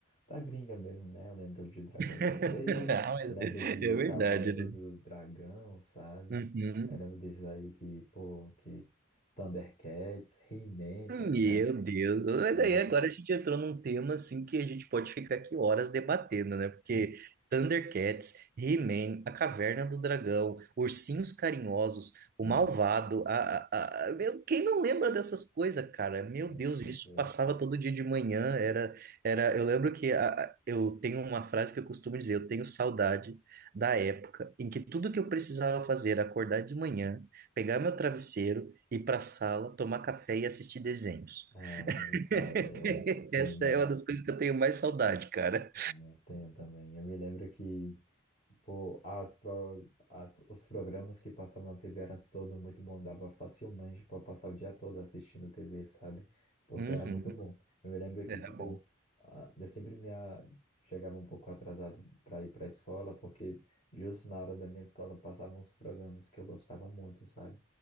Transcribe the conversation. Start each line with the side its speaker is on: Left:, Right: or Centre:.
Left: da gringa mesmo, né? Eu lembro de Dragon
Right: <laughs>
Left: Ball Z,
Right: Ah, mas
Left: eu lembro de
Right: É verdade,
Left: Cavaleiros
Right: né?
Left: do Dragão, sabe?
Right: Uhum.
Left: Eu lembro desses aí que, pô, que Thundercats, He-Man,
Right: Meu
Left: tá ligado?
Right: Deus, mas
Left: É,
Right: daí agora a gente entrou num tema assim que a gente pode ficar aqui horas debatendo, né? Porque
Left: <laughs>
Right: Thundercats, He-Man, A Caverna do Dragão, Ursinhos Carinhosos,
Left: sim,
Right: O Malvado, a, a, a- meu, quem não lembra dessas coisas, cara? Meu
Left: com
Right: Deus, isso
Left: certeza.
Right: passava todo dia de manhã, era, era, eu lembro que a, a- eu tenho uma frase que eu costumo dizer, eu tenho saudade da época em que tudo que eu precisava fazer era acordar de manhã pegar meu travesseiro, ir para a sala, tomar café e assistir desenhos.
Left: Ah, nem me fale,
Right: <laughs>
Left: eu sim,
Right: Essa
Left: mano,
Right: é uma das coisas que eu tenho mais saudade, cara.
Left: eu tenho também. Eu me lembro que, tipo, as pro, as, os programas que passavam na TV eram todos muito bons, dava facilmente para passar o dia todo assistindo TV, sabe? Porque
Right: Uhum.
Left: era muito bom. Eu me lembro que,
Right: Era
Left: tipo,
Right: bom.
Left: ah, eu sempre me a- chegava um pouco atrasado para ir para a escola, porque justo na hora da minha escola passavam os programas que eu gostava muito, sabe?